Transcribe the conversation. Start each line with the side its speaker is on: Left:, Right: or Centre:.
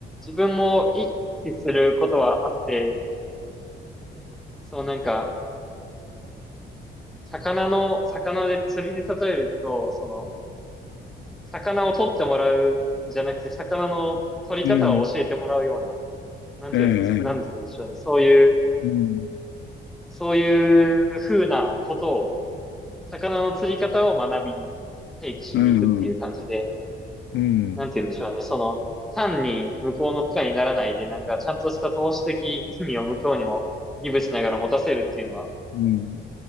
Centre: 自分も意識することはあって、そうなんか、魚の、魚で釣りで例えると、その、魚を取ってもらうじゃなくて、魚の取り方を教えてもらうような、
Left: うん、
Centre: なんていうんです、
Left: ええ、
Centre: なんていうんでしょうね。
Left: ええ
Centre: そういう
Left: うん、
Centre: そういう風なことを、魚の釣り方を学びに、提起しに行くっていう感じで、
Left: ええ、うん、
Centre: なんて言うんでしょうね。その、単に向こうの負荷にならないで、なんかちゃんとした投資的意味を向こうにもギブしながら持たせるっていうのは、
Left: うん、うん、